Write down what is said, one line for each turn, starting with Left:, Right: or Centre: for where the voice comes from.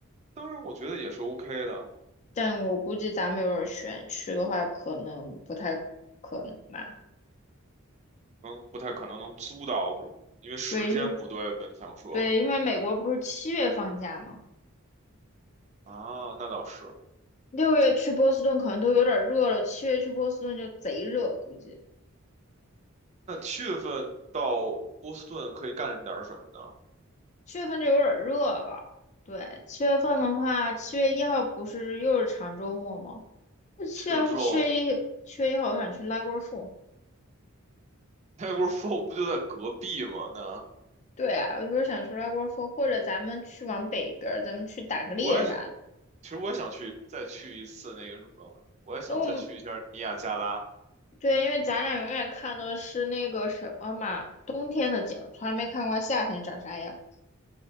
Right: 当然，我觉得也是 OK 的，
Left: 但我估计咱们有点选区的话，可能不太可能吧。
Right: 嗯，不太可能能租到是吗？因为时间不对吧？
Left: 对，因为
Right: 你想说
Left: 对，因为美国不是七月放假吗？
Right: 啊，那倒是。
Left: 六月去波士顿可能都有点热了，七月去波士顿就贼热，估计。
Right: 那七月份到波士顿可以干点什么呢？
Left: 七月份就有点热了。对，七月份的话，七月一号不是又是长周末吗？那七月七月一七月一号，
Right: 去了之后
Left: 我想去拉锅凤。
Right: ，Niagara <laughs> 不就在隔壁吗？那
Left: 对啊，我就是想去拉锅凤，或者咱们去往北边儿，咱们去打个猎啥的。
Right: 我也想，其实我也想去再去一次那个什么，我也想再去一下尼亚加拉。
Left: 因为我们对，因为咱俩永远看的是那个什么嘛，冬天的景，从来没看过夏天长啥样。